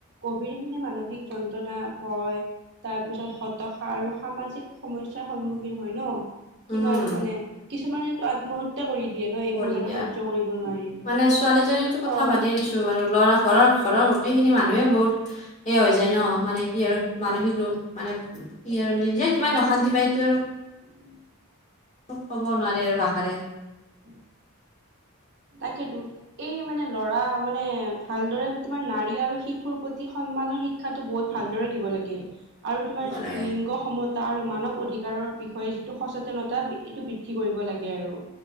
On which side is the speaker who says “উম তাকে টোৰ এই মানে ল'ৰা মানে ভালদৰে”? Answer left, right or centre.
Right